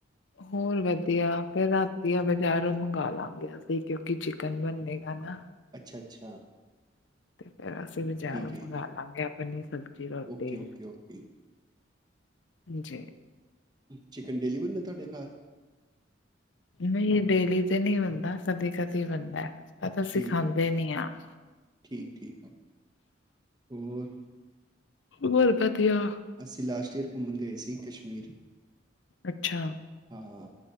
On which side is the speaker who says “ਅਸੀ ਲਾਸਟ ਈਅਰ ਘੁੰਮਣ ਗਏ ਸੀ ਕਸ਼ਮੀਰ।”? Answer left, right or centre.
Right